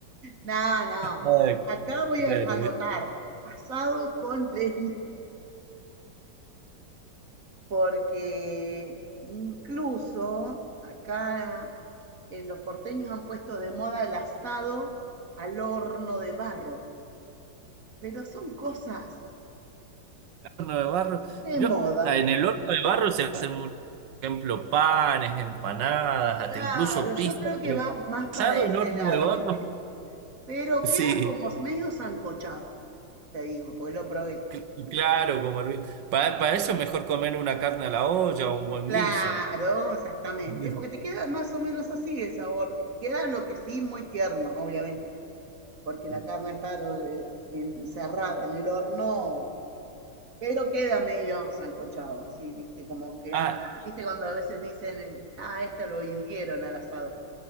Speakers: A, on the right; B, on the right.
A: No, no.
B: Ah,
A: Acá voy
B: claro.
A: a anotar, asado con leña. porque incluso acá eh, los porteños han puesto de moda el asado al horno de barro, pero son cosas
B: horno de barro.
A: de
B: Yo,
A: moda.
B: ah, en el horno de barro se hacen, mucho, por ejemplo, panes, empanadas,
A: Claro,
B: hasta incluso pizza,
A: yo creo que
B: pero
A: va más
B: asado
A: para ese
B: en horno
A: lado,
B: de barro.
A: ¿viste? Pero
B: Sí,
A: queda como medio sancochado, te digo, porque lo probé.
B: cl- claro, como para, para eso es mejor comer una carne a la olla o un buen
A: Claro,
B: guiso.
A: exactamente,
B: <laughs>
A: porque te queda más o menos así el sabor. Queda lo que sí muy tierno, obviamente. porque la
B: Sí.
A: carne está eh, encerrada en el horno, pero queda medio sancochado. ¿sí? Viste, como que,
B: Ah,
A: ah, viste cuando a veces dicen, eh, ah, esto lo hirvieron al asado.